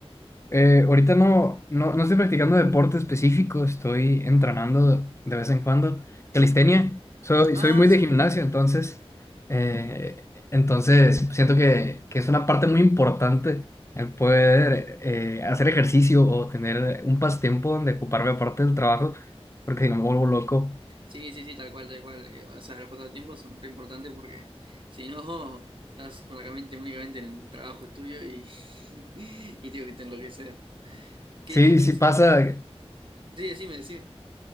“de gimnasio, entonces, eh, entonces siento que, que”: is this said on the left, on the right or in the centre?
Left